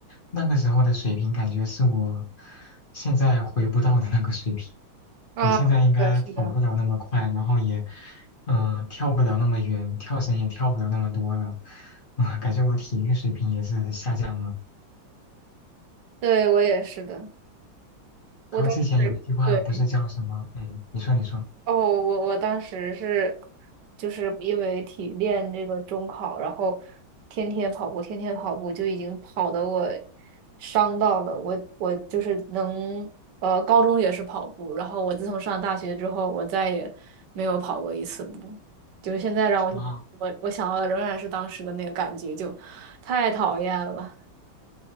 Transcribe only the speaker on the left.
那个时候的水平感觉是我现在回不到的那个水平。
我现在应该跑不了那么快，
然后也，嗯、跳不了那么远，跳绳也跳不了那么多了，啊、感觉我体育水平也是下降了。
然后之前有一句话不是叫什么，
嗯，你说你说。
啊。